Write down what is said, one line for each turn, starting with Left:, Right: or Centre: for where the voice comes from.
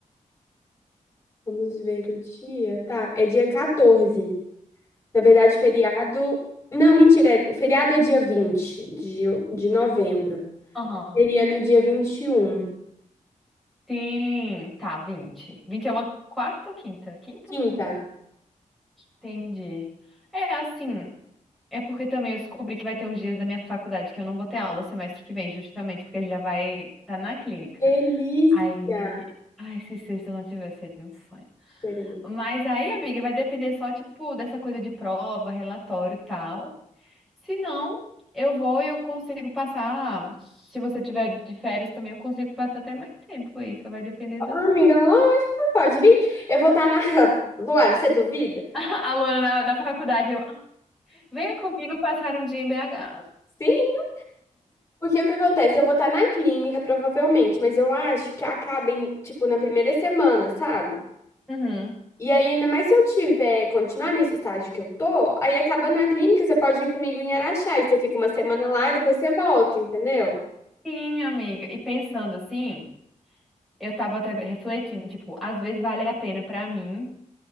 Left: Vamos ver o dia. Tá, é dia 14. Na verdade, feriado. Não, mentira. é- O feriado é dia 20 de, de novembro.
Centre: Aham.
Left: Seria no dia vinte e um
Centre: Sim, tá, 20. 20 é uma quarta ou quinta? Quinta,
Left: Quinta.
Centre: né? Entendi. É assim. É porque também eu descobri que vai ter uns dias da minha faculdade que eu não vou ter aula semestre que vem, justamente porque já vai estar na clínica.
Left: Delícia,
Centre: Aí, ai, se sexta eu não tiver, seria um sonho.
Left: querida.
Centre: Mas aí, amiga, vai depender só, tipo, dessa coisa de prova, relatório e tal. Se não, eu vou e eu consigo passar. Se você tiver de férias também, eu consigo passar até mais tempo aí, só vai depender
Left: Ah,
Centre: do
Left: amiga,
Centre: sua.
Left: lógico, pode vir. Eu vou estar na. <laughs> Luara, você duvida?
Centre: <laughs> A Luana na, na faculdade, eu, "Ah, venha comigo passar um dia em BH.
Left: Sim, porque o que acontece? Eu vou estar na clínica, provavelmente, mas eu acho que acaba em, tipo, na primeira semana, sabe?
Centre: Uhum.
Left: E aí, ainda mais se eu tiver, continuar nesse estágio que eu tô, aí acabando na clínica, você pode ir comigo em Araxá, e você fica uma semana lá e depois você volta, entendeu?
Centre: Sim, amiga. E pensando assim, eu tava até refletindo, tipo, às vezes vale a pena pra mim